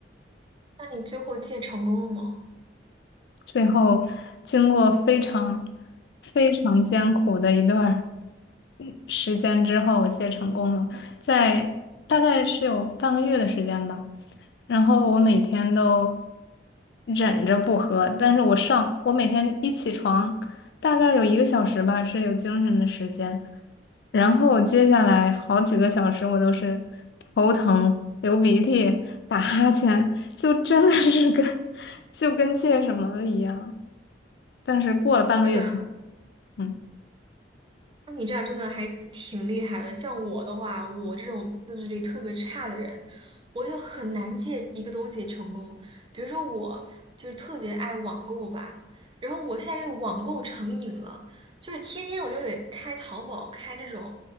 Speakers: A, on the right (about 25°); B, on the left (about 60°).
A: 那你最后戒成功了吗？
B: 最后经过非常非常艰苦的一段。时间之后，我戒成功了，在大概是有半个月的时间吧。然后我每天都忍着不喝，但是我上，我每天一起床，大概有一个小时吧，是有精神的时间。然后我接下来好几个小时，我都是头疼、流鼻涕、打哈欠，就真的是跟 <laughs> 就跟戒什么的一样。但是过了半个月，
A: 真的
B: 嗯。
A: 那你这样真的还挺厉害的。像我的话，我这种自制力特别差的人，我就很难借一个东西成功。比如说，我就是特别爱网购吧，然后我现在就网购成瘾了，就是天天我就得开淘宝，开这种，